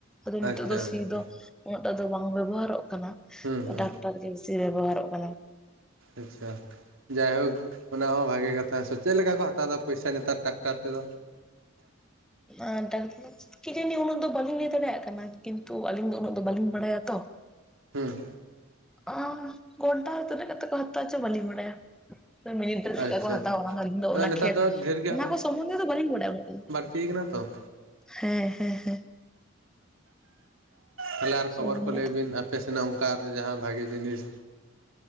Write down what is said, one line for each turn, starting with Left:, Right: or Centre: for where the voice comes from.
Centre: ᱟᱫᱚ ᱱᱤᱛᱚᱜ
Right: ᱟᱪᱪᱷᱟ
Centre: ᱫᱚ ᱥᱤ
Right: ᱟᱪᱪᱷᱟ
Centre: ᱫᱚ ᱩᱱᱟᱹᱜᱴᱟᱜ ᱫᱚ ᱵᱟᱝ ᱵᱮᱵᱚᱦᱟᱨᱚᱜ ᱠᱟᱱᱟ
Right: ᱦᱩᱸ ᱦᱩᱸ
Centre: ᱴᱟᱠᱴᱟᱨ ᱜᱮ ᱥᱮ ᱵᱮᱵᱚᱦᱟᱨᱚᱜ ᱠᱟᱱᱟ
Right: ᱟᱪᱪᱷᱟ ᱡᱟᱭᱦᱳᱠ ᱚᱱᱟ ᱦᱚᱸ ᱵᱷᱟᱜᱮ ᱠᱟᱛᱷᱟ ᱥᱮ ᱪᱮᱫ ᱞᱮᱠᱟ ᱠᱚ ᱦᱟᱛᱟᱣ ᱮᱟ ᱯᱚᱭᱥᱟ ᱱᱮᱛᱟᱨ ᱴᱟᱠᱴᱟᱨ ᱛᱮᱫᱚ
Centre: ᱰᱟᱠᱛᱟᱨ ᱠᱤᱡᱟᱱᱤ ᱩᱱᱟᱹᱜ ᱫᱚ ᱵᱟᱹᱞᱤᱧ ᱞᱟᱹᱭ ᱫᱟᱲᱮᱭᱟᱜ ᱠᱟᱱᱟ ᱠᱤᱱᱛᱩ ᱟᱞᱤᱧ ᱫᱚ ᱩᱱᱟᱹᱜ ᱫᱚ ᱵᱟᱹᱞᱤᱧ ᱵᱟᱲᱟᱭᱟᱛᱚ
Right: ᱦᱩᱸ
Centre: ᱚ ᱜᱷᱚᱱᱴᱟ ᱨᱮ ᱛᱤᱱᱟᱹᱜ ᱠᱟᱛᱮ ᱠᱚ ᱦᱟᱚᱛᱟᱣ ᱵᱟᱞᱤᱧ ᱵᱟᱲᱟᱭᱟ ᱢᱤᱱᱤᱴ ᱨᱮ
Right: ᱟᱪᱪᱷᱟ
Centre: ᱪᱮᱫᱠᱟ ᱠᱚ ᱦᱟᱛᱟᱣᱟ ᱚᱱᱟᱞᱤᱧ ᱫᱚ
Right: ᱟᱫᱚ
Centre: ᱚᱱᱟ
Right: ᱱᱮᱛᱟᱨ
Centre: ᱠᱷᱮᱛ
Right: ᱫᱚ ᱰᱷᱮᱨ
Centre: ᱚᱱᱟ ᱠᱚ ᱥᱚᱢᱚᱱᱫᱷᱮ ᱫᱚ ᱵᱟᱹᱞᱤᱧ ᱵᱟᱲᱟᱭᱟ ᱩᱱᱟᱹᱜ-ᱴᱟ ᱫᱚ
Right: ᱴᱷᱤᱠᱱᱟ ᱛᱚ
Centre: ᱦᱮᱸ ᱦᱮᱸ ᱦᱮᱸ
Right: ᱛᱟᱞᱦᱮ
Centre: ᱦᱮᱸ
Right: ᱟᱨ ᱠᱷᱚᱵᱚᱨ ᱠᱚ ᱞᱟᱹᱭ ᱵᱤᱱ ᱟᱯᱮ ᱥᱮᱱᱟᱜ ᱚᱝᱠᱟ ᱡᱟᱦᱟᱸ ᱵᱷᱟᱜᱮ ᱡᱤᱱᱤᱥ